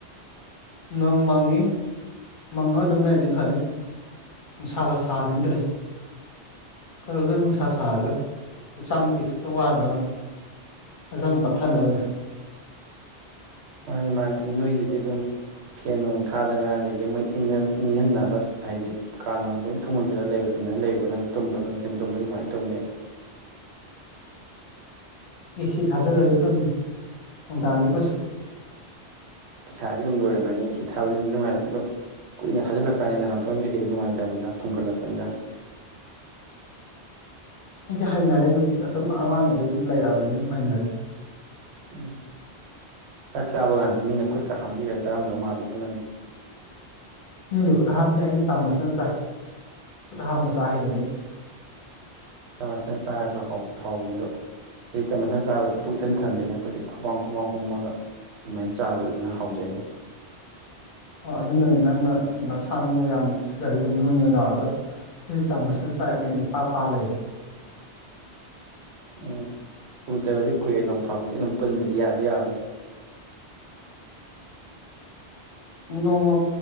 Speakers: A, on the left; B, on the right.
A: ꯅꯣꯡ ꯃꯪꯉꯤ ꯃꯪꯉꯣ ꯑꯗꯨꯝ ꯂꯩꯔꯗꯤ ꯐꯅꯤ ꯅꯨꯡꯁꯥꯒ ꯁꯥꯅꯤꯡꯗ꯭ꯔꯦ ꯀꯩꯅꯣꯗ ꯅꯨꯡꯁꯥ ꯁꯥꯔꯒ ꯍꯛꯆꯥꯡꯇꯤ ꯈꯛꯇ ꯋꯥꯅꯔꯝꯅꯤ ꯍꯛꯆꯥꯡ ꯄꯠꯊꯥꯅꯕꯅꯦ
B: ꯃꯥꯅꯦ ꯃꯥꯅꯦ ꯑꯗꯨ ꯅꯣꯏꯒꯤꯗꯤ ꯑꯗꯨꯝ ꯐꯦꯟ ꯅꯨꯡ ꯊꯥꯗꯅ ꯑꯗꯒꯤ ꯃꯣꯏ ꯏꯪꯍꯟꯅꯕ ꯍꯥꯏꯗꯤ ꯀꯥ ꯅꯅꯨꯡ ꯂꯣꯏ ꯊꯣꯡꯒꯣꯟꯁꯤꯜꯂ ꯂꯩꯕꯗꯣ ꯑꯗꯨꯃꯥꯏꯅ ꯂꯩꯕ꯭ꯔꯥ ꯅꯪ ꯇꯨꯝꯕꯗꯣ ꯅꯆꯤꯟ ꯇꯨꯝꯕꯗꯤ ꯀꯃꯥꯏꯅ ꯇꯨꯝꯒꯦ
A: ꯑꯦꯁꯤ ꯊꯥꯖꯤꯜꯂꯒ ꯇꯝꯃꯤ ꯟꯒꯥꯥꯡꯗ ꯀꯩꯁꯨ
B: ꯄꯩꯁꯥꯗꯤ ꯑꯗꯨꯝ ꯂꯣꯏꯔꯝꯒꯅꯤ ꯑꯁꯤ ꯊꯥꯕꯗꯅꯨꯡꯗꯤ ꯅꯨꯡꯉꯥꯏꯕꯅꯦ ꯑꯗꯣ ꯀꯨꯏꯅ ꯊꯖꯤꯜꯂꯀꯅꯤꯅ ꯅꯅꯥꯊꯣꯏ ꯀꯩꯀꯩꯗ ꯅꯨꯡꯉꯥꯏꯇꯕꯅꯤꯅ ꯐꯨꯡꯒꯠꯂꯛꯄꯅꯤꯅ
A: ꯑꯩꯗꯤ ꯍꯩꯅꯔꯦ ꯑꯗꯨꯝ ꯑꯉꯥꯡꯉꯗꯤ ꯑꯗꯨꯝ ꯂꯩꯔꯛꯑꯕꯅꯤꯅ ꯑꯗꯨꯝ ꯍꯩꯅꯔꯦ
B: ꯎꯝ ꯆꯥꯛ ꯆꯥꯕ ꯀꯥꯟꯁꯦ ꯃꯤꯅ ꯈꯨꯠꯀ ꯍꯥꯝꯕꯤꯔꯒ ꯆꯥꯔꯝꯗꯧ ꯃꯥꯜꯂꯦꯕꯣ ꯅꯪꯗꯤ
A: ꯃꯤꯗꯤ ꯈꯨꯠ ꯍꯥꯝꯗꯤꯦ ꯑꯩꯗꯤ ꯆꯥꯝꯃꯁꯅ ꯆꯥꯏ ꯈꯨꯠ ꯍꯥꯝꯃ ꯆꯥ ꯍꯔꯗꯤꯦ
B: ꯆꯃꯅ ꯆꯥꯔꯁꯨ ꯍ ꯍꯧꯕꯅꯤ ꯑꯗꯨꯣ ꯑꯩ ꯇꯝ ꯃꯁꯅ ꯆꯥꯕꯁꯤ ꯄꯨꯛ ꯏꯊꯟ ꯊꯟꯗꯣꯏꯅꯦ ꯑꯩꯈꯣꯏꯗꯤ ꯈꯨꯃꯥꯡ ꯈꯨꯃꯥꯡ ꯍꯨꯝꯃꯒ ꯑꯗꯨꯃꯥꯏꯅ ꯆꯥꯕꯗꯨ ꯑꯗꯨꯅ ꯍꯥꯎꯖꯩꯅꯤ
A: ꯑꯣ ꯑꯗꯨꯅꯅꯦ ꯅꯪꯅ ꯅꯁꯥꯅꯧ ꯌꯥꯝ ꯐꯖꯔꯤꯗꯣ ꯅꯣꯏ ꯅꯣꯏ ꯂꯥꯎꯔꯒ ꯑꯩꯈꯣꯏꯦ ꯆꯥꯃꯁꯅ ꯆꯥꯏ ꯑꯗꯨ ꯅꯤꯄꯥ ꯄꯥ ꯂꯩꯔꯤꯁꯦ
B: ꯎꯝ ꯎꯗꯕꯗꯤ ꯀꯨꯏꯑꯦ ꯅꯣꯡꯐꯗꯣꯛꯖꯤ ꯑꯗꯨꯝ ꯄꯨꯟꯕꯗꯤ ꯌꯥꯗꯤ ꯌꯥꯕꯅꯤ
A: ꯅꯣꯡꯃ